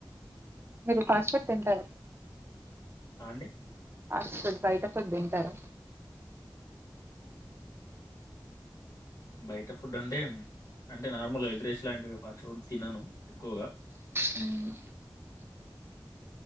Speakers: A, on the right; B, on the left.
A: మీరు ఫాస్టుగా తింటారు
B: ఆ అండి
A: అ కొ బయట ఫుడ్ తింటారా
B: బయట ఫుడ్ అంటే అంటే నార్మల్గా ఎగ్ రైస్ లాంటివి ఫాస్ట్ ఫుడ్ తినను ఎక్కువగా
A: హ్మ్.